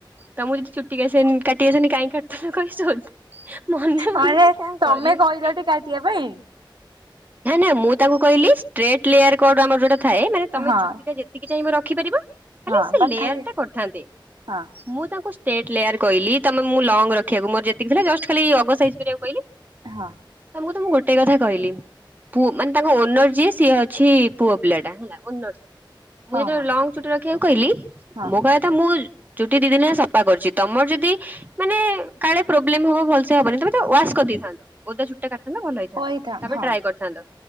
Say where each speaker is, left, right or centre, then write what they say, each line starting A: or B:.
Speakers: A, on the right; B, on the right.
A: ତମକୁ ଯଦି ଚୁଟି ଆସେନ କାଟି ଆସେନି କାହିଁକି କା ତାକୁ ଖାଲି ସୋଧେ ମନେ
B: ମାନେ
A: ମନେ କଣ
B: ତମେ
A: କରିବି।
B: କହିଲଟି କାଟିବା ପାଇଁ
A: ନା ନା ମୁଁ ତାକୁ କହିଲି ଷ୍ଟ୍ରେଟ ଲେୟାର କଟ ଆମର ଯୋଉଟା ଥାଏ ମାନେ ତମେ
B: ହଁ
A: ଚୁଟି ଟା ଯେତିକି ଚାହିଁବ ରଖିପାରିବ। ଖାଲି
B: ହଁ
A: ସେ
B: ବା
A: ଲେୟାର
B: ଖାଲି
A: ଟା କରିଥାନ୍ତେ।
B: ହଁ।
A: ମୁଁ ତାଙ୍କୁ ଷ୍ଟେଟ ଲେୟାର କହିଲି ତାମ ମୁଁ ଲଙ୍ଗ ରଖିବାକୁ ମୋର ଯେତିକି ଥିଲା ଜଷ୍ଟ ଖାଲି ଅଗ ସାଇଜ କରିବାକୁ କହିଲି।
B: ହଁ।
A: ତମକୁ ତ ମୁଁ ଗୋଟେ କଥା କହିଲି। ପୁଅ ମାନେ ତାଙ୍କ ଓନର ଯିଏ ସିଏ ଅଛି ପୁଅ ପିଲାଟା ହେଲା ଓନର ସିଏ ମୁଁ
B: ହଁ
A: ଯେତେବେଳେ
B: ହଁ
A: ଲଙ୍ଗ ଛୁଟି ରଖିବାକୁ କହିଲି
B: ହଁ
A: ମୋ କହିବା କଥା ମୁଁ ଚୁଟି ଦି ଦିନରେ ସ ପା କରିଛି ତମର ଯଦି ମାନେ କାଳେ ପ୍ରୋବ୍ଲେମ ହବ ଭଲସେ ହବନି ତମେ ତ୍ ୱାସ କରିଦେଇଥାନ୍ତ। ଓଦା ଚୁଟି ଟା କାଟଥାନ୍ତ ନା ଭଲ ହେଇଥାନ୍ତା।
B: କହିଥା
A: ତାପରେ
B: ହଁ
A: ଡ୍ରାଏ କରିଥାନ୍ତ